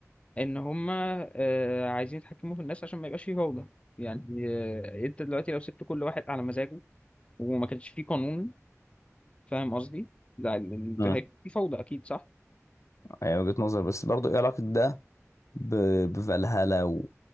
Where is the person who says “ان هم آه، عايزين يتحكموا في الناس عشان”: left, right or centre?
Left